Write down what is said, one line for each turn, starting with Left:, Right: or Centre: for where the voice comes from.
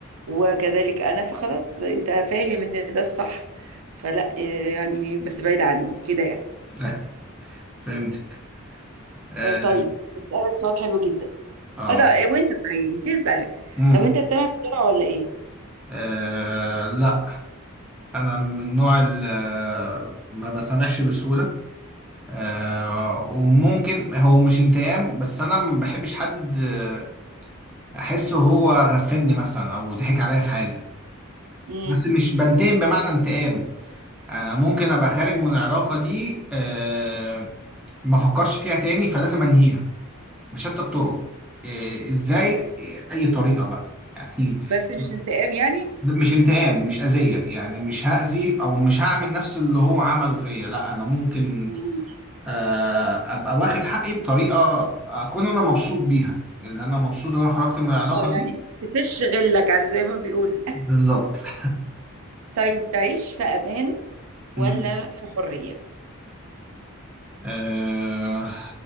Right: وكذلك انا فخلاص انت فاهم ان ده الصح فلا آه، يعني بس بعيد عني كده يعني
Centre: <laughs> فهمتك اه
Right: آه، طيب اسالك سؤال حلو جدا
Centre: اه
Right: اه ده آه، وانت صحيح نسيت اسالك
Centre: مم.
Right: طب انت سامع بسرعة ولا ايه
Centre: آه، لا انا من النوع اللي ما بسامحش بسهولة آه، وممكن هو مش انتقام بس انا ما بحبش حد آه، احسه هو غفلني مثلا او ضحك عليا في حاجه
Right: امم
Centre: بس مش بنتقم بمعنى انتقام انا ممكن ابقى خارج من العلاقه دي آه، ما افكرش فيها تاني فلازم انهيها بشتى الطرق آه، ازاي آه، اي طريقه بقى يعني
Right: بس مش انتقام يعني
Centre: <laughs> مش انتقام مش اذيه يعني مش هاذي او مش هعمل نفس اللي هو عمله فيا لا انا ممكن
Right: مم.
Centre: آه، ابقى واخد حقي بطريقه اكون انا مبسوط بيها اللي انا مبسوط ان انا خرجت من العلاقه
Right: اه يعني
Centre: دي
Right: تفش غلك على زي ما بيقول
Centre: بالظبط <laughs>
Right: <laughs> طيب تعيش في امان ولا
Centre: مم.
Right: في حريه
Centre: آه،